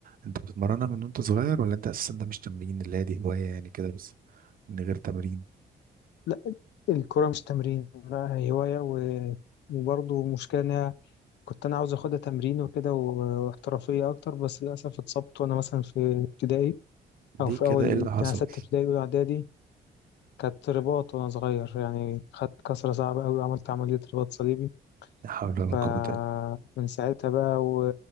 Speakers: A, on the right; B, on the left.
A: انت بتتمرنها من وانت صغير ولا انت اساسا ده مش تمرين اللي هي دي هواية يعني كده بس من غير تمرين
B: لا الكره مش تمرين لا هوايه و... وبرضه مشكله انها كنت انا عاوز اخدها تمرين وكده و- واحترافيه اكتر بس للاسف اتصبت وانا مثلا في ابتدائي
A: دي
B: أو في
A: كده
B: أول
A: ايه اللي حصل
B: يعني ستة ابتدائي أولى إعدادي كانت رباط وأنا صغير يعني خدت كسرة صعبة أوي وعملت عملية رباط صليبي
A: لا حول ولا
B: فمن
A: قوة الا
B: ساعتها بقى و...